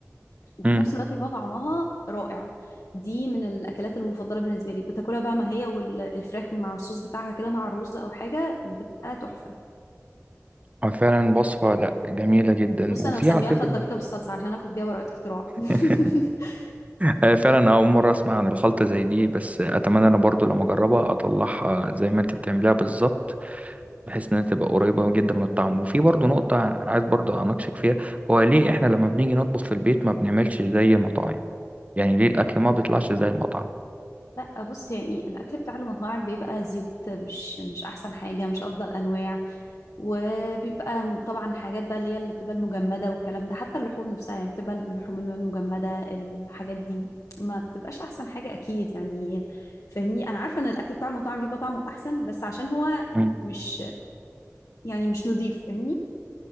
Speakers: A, on the left; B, on the right.
A: وفي
B: مم.
A: نفس الوقت بيبقى طعمها رائع دي من الأكلات المفضلة بالنسبة لي بتاكلها بقى ما هي والفراخ مع الصوص بتاعها كده مع الرز أو حاجة بتبقى تحفة
B: آه، فعلا وصفه لا جميله جدا
A: بص
B: وفي
A: أنا مسميها
B: على فكره
A: خلطة بيضة بالصلصة عشان آخد بيها براءة اختراع
B: <laughs>
A: <laughs>
B: آه، فعلا أول مرة أسمع عن الخلطة زي دي بس أتمنى أنا برضو لما أجربها أطلعها زي ما أنت بتعمليها بالظبط بحيث إنها تبقى قريبة جدا من الطعم وفي برضو نقطة عايز برضو أناقشك فيها هو ليه إحنا لما بنيجي نطبخ في البيت ما بنعملش زي المطاعم يعني ليه الأكل ما بيطلعش زي المطعم
A: لا بص يعني الاكل بتاع المطاعم بيبقى زيوت مش مش احسن حاجه مش افضل انواع وبيبقى طبعا حاجات بقى اللي هي اللي بتبقى المجمده والكلام ده حتى اللحوم نفسها يعني بتبقى اللحوم المجمده الحاجات دي ما بتبقاش احسن حاجه اكيد يعني فاهمني انا عارفه ان الاكل بتاع المطاعم بيبقى طعمه احسن بس عشان هو
B: مم.
A: مش يعني مش نظيف فاهمني